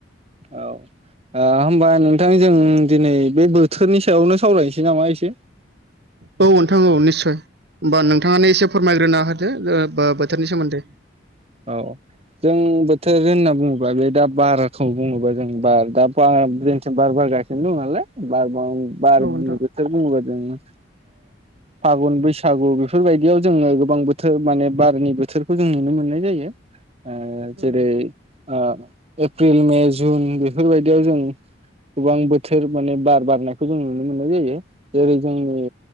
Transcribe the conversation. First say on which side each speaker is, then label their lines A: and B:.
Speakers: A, on the right (about 35°); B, on the right (about 60°).
A: औ ओ होनबा नोंथां जों दिनै बे बोथोरनि सायावनो सावरायनोसै। नामा एसे
B: औ नोंथां औ निस्सय। होमबा नोंथाङानो एसे फोरमायग्रोना होदो ओ बो-बोथोरनि सोमोन्दै।
A: औ। जों बोथोर होनना बुङोब्ला बे दा बारखौ बुङोबा जों बार दा बार जोंथिं बार बार गासिनो दंनालाय बार बार
B: औ
A: बुं
B: नोंथां
A: <unintelligible> जों ओ फागुन बैसागु बेफोरबायदियाव जोङो गोबां बोथो माने बारनि बो थोरखौ जों नुनो मोननाय जायो ओ जेरै
B: उम
A: ओ एप्रिल मे जुन बेफोरबायदियाव जों गोबां बोथोर माने बार बारनायखौ जों नुनो मोननाय जायो जेरै जोंनि